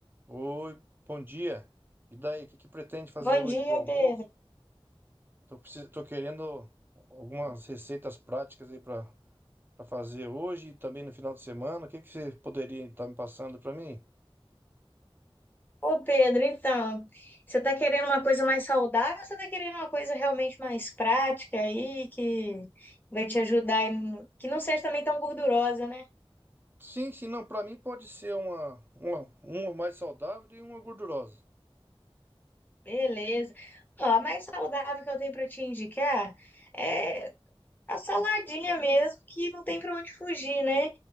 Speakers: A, on the right; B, on the left.
A: Oi, bom dia. E daí, o que que pretende fazer
B: Bom
A: hoje
B: dia,
A: pro almoço?
B: Pedro.
A: Tô, precis... Tô querendo algumas receitas práticas aí para para fazer hoje e também no final de semana. O que que você poderia estar me passando para mim?
B: Ô, Pedro, então, você tá querendo uma coisa mais saudável ou você tá querendo uma coisa realmente mais prática aí, que vai te ajudar, aí no- que não seja também tão gordurosa, né?
A: Sim, sim, não, para mim pode ser uma, uma uma mais saudável e uma gordurosa.
B: Beleza. Ó, a mais saudável que eu tenho pra te indicar é a saladinha mesmo, que não tem pra onde fugir, né?